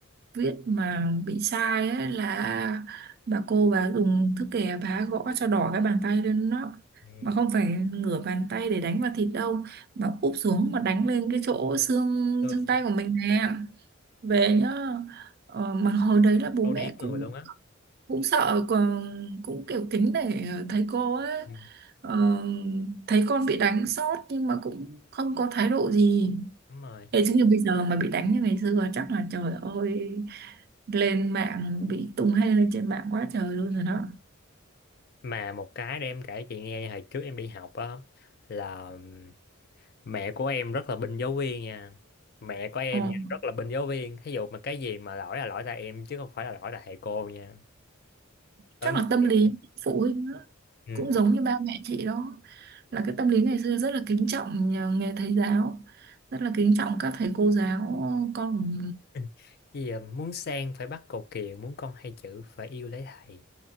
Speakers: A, on the right; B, on the left.
A: viết mà bị sai á là bà cô bà dùng thước kẻ bà gõ cho đỏ cái bàn tay lên đó
B: ừ.
A: mà không phải ngửa bàn tay để đánh vào thịt đâu mà úp xuống mà đánh lên cái chỗ xương
B: Tương
A: xương tay của mình nè về nhá ờ, mà hồi đấy là bố
B: câu điển
A: mẹ
B: người
A: cũng
B: luôn á
A: cũng sợ còn cũng kiểu kính để ờ, thấy cô ấy
B: ừ.
A: ờ, thấy con bị đánh sót nhưng mà cũng không có thái độ gì
B: đúng rồi
A: thế chứ như bây giờ mà bị đánh như ngày xưa chắc là trời ơi lên mạng bị tung hê lên trên mạng quá trời luôn rồi đó
B: mà một cái để em kể chị nghe hồi trước em đi học á là ừm, mẹ của em rất là binh giáo viên nha mẹ của em
A: ờ,
B: nha, rất là binh giáo viên thí dụ mà cái gì mà lỗi là lỗi tại em chứ không phải là lỗi tại thầy cô nha tới
A: chắc
B: mức
A: là tâm
B: vậy
A: lý phụ huynh đó.
B: ừ.
A: cũng giống như ba mẹ chị đó là cái tâm lý ngày xưa rất là kính trọng nhà- nghề thầy giáo rất là kính trọng các thầy cô giáo con
B: <laughs> bây giờ muốn sang phải bắt cầu kiều muốn con hay chữ phải yêu lấy thầy